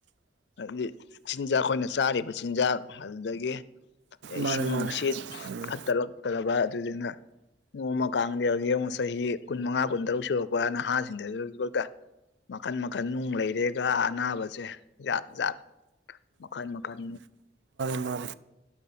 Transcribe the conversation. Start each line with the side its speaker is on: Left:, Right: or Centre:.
Left: ꯍꯥꯏꯗꯤ ꯆꯤꯟꯖꯥꯛ ꯑꯩꯈꯣꯏꯅ ꯆꯥꯔꯤꯕ ꯆꯤꯟꯖꯥꯛ ꯑꯗꯨꯗꯒꯤ
Right: ꯃꯥꯅꯦ
Left: ꯏꯁꯤꯡꯁꯤ
Right: ꯃꯥꯅꯦ ꯎꯝ
Left: ꯐꯠꯇꯔꯛꯇꯕ ꯑꯗꯨꯗꯨꯅ ꯅꯣꯡꯃ ꯀꯥꯡꯗ ꯍꯧꯖꯤꯛ ꯌꯦꯡꯨꯛ ꯆꯍꯤ ꯀꯨꯟ ꯃꯉꯥ ꯀꯨꯟ ꯇꯔꯨꯛ ꯁꯨꯔꯛꯄ ꯅꯍꯥꯁꯤꯡꯗꯁꯨ ꯍꯧꯖꯤꯛ ꯃꯈꯟ ꯃꯈꯟ ꯅꯨꯡ ꯂꯩꯔꯦꯒ ꯑꯅꯥꯕꯁꯦ ꯖꯥꯠ ꯖꯥꯠ ꯃꯈꯜ ꯃꯈꯜ
Right: ꯃꯔ